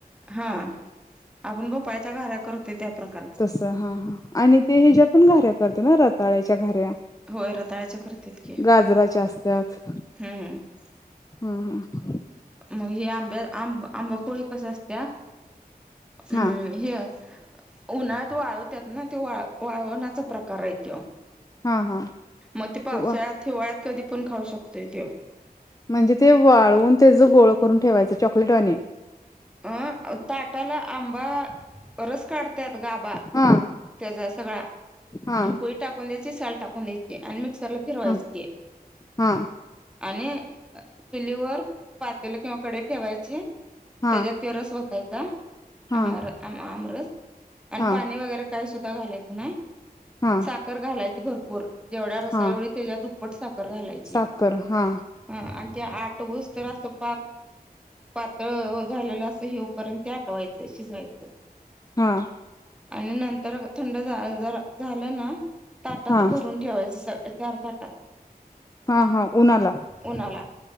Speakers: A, in the centre; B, on the left.
A: हा आपण भोपाळ्याच्या घाय्रा करतोय, त्या प्रकार
B: तस हा हा आणि ते ह्याच्या पण घाऱ्या करते, ना रताळ्याच्या घा्य्रा.
A: होय रताळ्याच्या करतात की
B: गाजराच्या असत्यात
A: हम्म
B: ह <unintelligible>
A: मग हे आंब्या आं आंबा पोळी कस असत्या हम्
B: हा
A: ये उन्हात वाळवतात ना ते वा वाळवण्याचा प्रकार आहे. तो
B: हा हा
A: मग ते पावसाळ्यात
B: वा
A: हिवाळ्यात कधी पण खाऊ शकतोय, तो.
B: म्हणजे ते वाळवून त्याच गोळ करून ठेवायचं. चॉकलेटवानी
A: अं ताटाला आंबा रस काढतात. गाभा
B: हा
A: त्याचा सगळा
B: हा
A: कोई टाकून द्यायची, साल टाकून द्यायची. आणि मिक्सरला फिरवायचं
B: हा
A: ते
B: हा
A: आणि चुलीवर पातेला किंवा कडे ठेवायचे.
B: हा
A: त्याच्यात ते रस वतायचा.
B: हा
A: आमर आमरस आणि
B: हा
A: पाणी वगैरे काही सुद्धा घालायचं नाय.
B: हा
A: साखर घालायची भरपूर जेवढ्या रसा
B: हा
A: एवढी तेच्या दुप्पट साखर साखर घालायचं.
B: साखर हा
A: हा आण त्या आठवू स्तर अस पाक पातळ हो झालेलं असं हे पर्यंत ते आठवायचं शिजवायचं.
B: हा.
A: आणि नंतर थंड झालं ना ताटात
B: हा
A: भरून ठेवायचं सगळ. चार ताटात
B: हा हा उन्हाला
A: उन्हाला